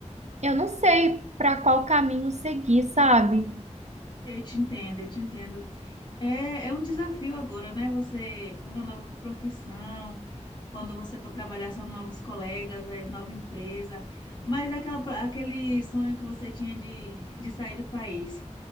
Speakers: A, on the right; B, on the left.
A: eu não sei para qual caminho seguir, sabe?
B: Eu te entendo, eu te entendo. É, é um desafio agora, né? Você é uma nova profissão, quando você for trabalhar são novos colegas, é nova empresa, mas é aquela, aquele sonho que você tinha de, de sair do país,